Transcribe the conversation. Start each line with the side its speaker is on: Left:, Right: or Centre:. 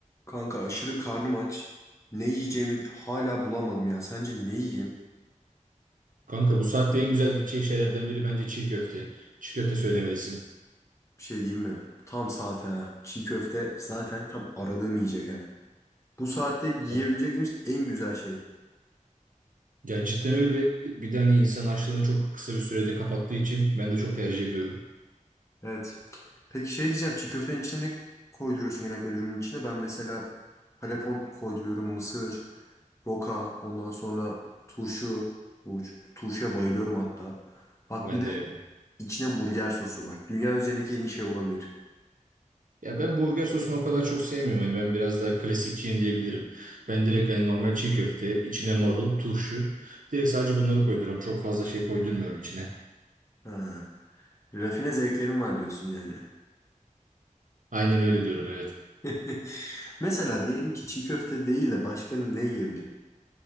Left: Kanka aşırı karnım aç. Ne yiyeceğimi hala bulamadım ya. Sence ne yiyeyim?
Right: Kanka bu saatte en güzel gidecek şeylerden biri bence çiğ köfte. Çiğ köfte söylemelisin.
Left: Bir şey diyeyim mi? Tam saate ha. Çiğ köfte zaten tam aradığım yiyecek ha. Bu saatte yiyebileceğimiz
Right: Evet.
Left: en güzel şey.
Right: Ya cidden öyle. Bir de hani insan açlığını çok kısa bir sürede kapattığı için ben de çok tercih ediyorum.
Left: Evet. Peki şey diyeceğim. Çiğ köftenin içine ne koyduruyorsun genellikle dürümün içine? Ben mesela halepon koyduruyorum. Mısır, roka, ondan sonra turşu. Bu ç- turşuya bayılıyorum hatta. Bak
Right: Ben
Left: bir de
Right: de yemek.
Left: içine burger sosu. Bak dünya üzerindeki en iyi şey olabilir.
Right: Ya ben burger sosunu o kadar çok sevmiyorum. Hani ben biraz daha klasikçiyim diyebilirim. Ben direkt hani normal çiğ köfte, içine marul, turşu. Direkt sadece bunları koyduruyorum. Çok fazla şey koydurmuyorum içine.
Left: Ha. Rafine zevklerim var diyorsun yani.
Right: Aynen öyle diyorum evet.
Left: <laughs> Mesela diyelim ki çiğ köfte değil de başka ne yiyebilirim?